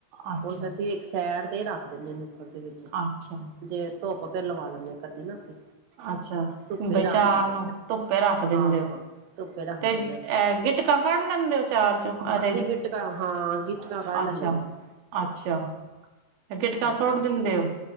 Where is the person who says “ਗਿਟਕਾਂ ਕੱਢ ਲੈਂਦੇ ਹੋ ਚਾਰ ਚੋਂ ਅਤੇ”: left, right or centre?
Right